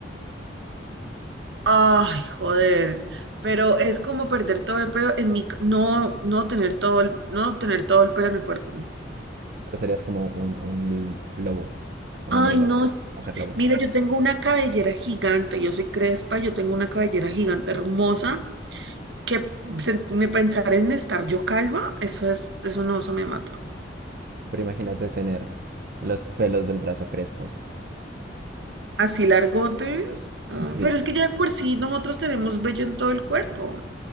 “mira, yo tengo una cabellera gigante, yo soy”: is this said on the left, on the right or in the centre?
Right